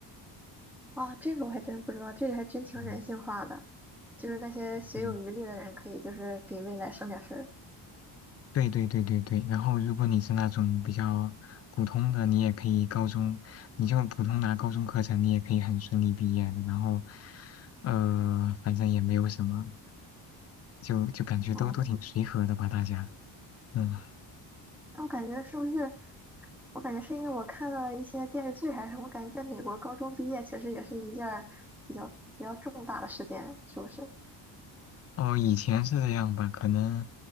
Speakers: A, in the centre; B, on the left.
A: 啊，这个我还真不知道，这个还真挺人性化的，
B: 嗯，
A: 就是那些学有余力的人，
B: 对。
A: 可以就是给未来省点事儿。
B: 对对对对对，然后如果你是那种比较普通的，你也可以高中，你就普通拿高中课程，你也可以很顺利毕业的。然后，呃，反正也没有什么，就就感觉都都挺随和的吧，
A: 嗯，
B: 大家。嗯
A: 那我感觉是不是？我感觉是因为我看了一些电视剧还是什么，我感觉在美国高中毕业其实也是一件儿比较比较重大的事件，是不是？
B: 哦，以前是这样吧，可能